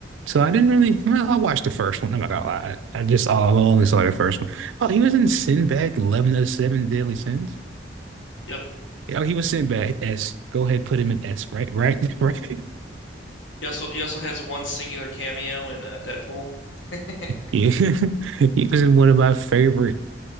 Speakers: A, on the right; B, on the left.
A: so I didn't really. Well, I watched the first one. I'm not gonna lie. I just I only saw the first one. Oh, he was in Sinbad, Eleven of the Seven Deadly Sins.
B: Yep.
A: Oh, he was Sinbad S. Go ahead, put him in S. Right, right, <laughs> right.
B: He also he also has one singular cameo in uh, Deadpool. <laughs>
A: Yeah, <laughs> he was in one of my favorite